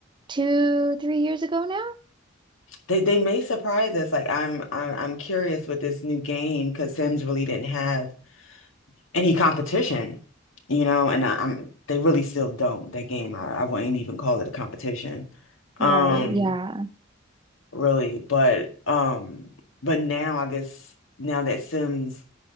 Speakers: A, on the right; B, on the left.
A: two, three years ago now.
B: They they may surprise us. Like, I'm I'm I'm curious with this new game because Sims really didn't have any competition, you know, and I, I'm they really still don't. That game, I, I wouldn't even call it a competition. Um.
A: Right. Yeah.
B: really. But um, but now I guess now that Sims,